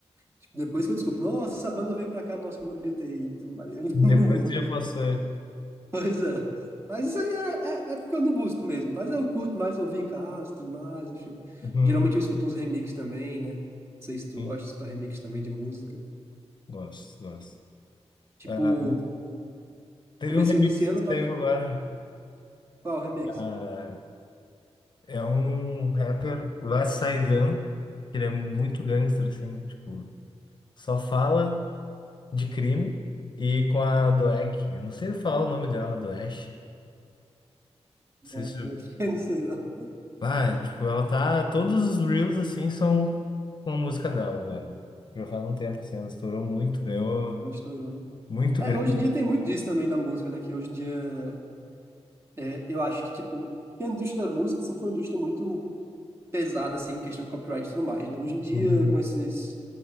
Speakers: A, on the right; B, on the left.
A: Tipo, depois que eu descubro, nossa, essa banda veio pra cá, nossa, como eu queria ter ido e tudo mais. Eu <laughs>
B: Depois
A: não vou.
B: que já passou.
A: Pois é. Mas isso aí é, é, é porque eu não busco mesmo. Mas eu curto mais ouvir em casa e tudo mais, enfim.
B: Uhum,
A: Geralmente eu escuto uns remix também, né? Não sei se tu
B: uhum.
A: gosta de escutar remix também de música.
B: Gosto, gosto.
A: Tipo,
B: Ah, teve
A: comecinho
B: um remix
A: desse ano,
B: que saiu
A: tava.
B: agora.
A: Qual remix?
B: Ah, é um rapper, Lil Saigon, que ele é muito gangster, assim, tipo, só fala de crime e com a Doek. Eu não sei falar o nome dela, Doesh. Não
A: Não,
B: sei se...
A: eu <laughs> não sei não.
B: Ah, tipo, ela tá. Todos os reels assim são com a música dela agora. Já faz um tempo assim, ela estourou muito, ganhou
A: Ela estourou, né?
B: muito
A: É,
B: grande.
A: hoje em dia tem muito disso também da música, né? Que hoje em dia é, eu acho que, tipo, que a indústria da música sempre foi uma indústria muito pesada, assim, em questão de copyright e tudo mais, né? Hoje em dia,
B: Uhum.
A: com esses